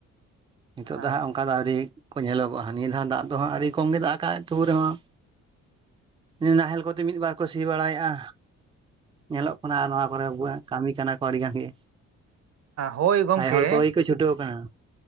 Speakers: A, on the right; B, on the right.
A: ᱱᱤᱛᱚᱜ
B: ᱟᱪᱪᱷᱟ
A: ᱫᱚ ᱦᱟᱸᱜ ᱚᱱᱠᱟ ᱫᱚ ᱟᱹᱣᱨᱤ ᱠᱚ ᱧᱮᱞᱚᱜᱚᱜᱼᱟ ᱱᱤᱭᱟᱹ ᱫᱷᱟᱣ ᱫᱟᱜ ᱫᱚ ᱦᱟᱸᱜ ᱟᱹᱰᱤ ᱠᱚᱢ ᱜᱮ ᱫᱟᱜ ᱠᱟᱜ ᱛᱟᱹᱣ ᱨᱮᱦᱚᱸ ᱱᱟᱦᱮᱞ ᱠᱚᱛᱮ ᱢᱤᱫ ᱵᱟᱨ ᱠᱚ ᱥᱤ ᱵᱟᱲᱟᱭᱮᱫᱼᱟ, ᱧᱮᱞᱚᱜ ᱠᱟᱱᱟ ᱟᱨ ᱱᱚᱣᱟ ᱠᱚᱨᱮ ᱠᱟᱹᱢᱤ ᱠᱟᱱᱟ ᱠᱚ ᱟᱹᱰᱤ ᱜᱟᱱ ᱜᱮ᱾
B: ᱦᱳᱭ ᱜᱚᱢᱠᱮ
A: ᱟᱭᱳ ᱦᱚᱲ ᱠᱚᱜ ᱜᱮ ᱠᱚ ᱪᱷᱩᱴᱟᱹᱣ ᱠᱟᱱᱟ᱾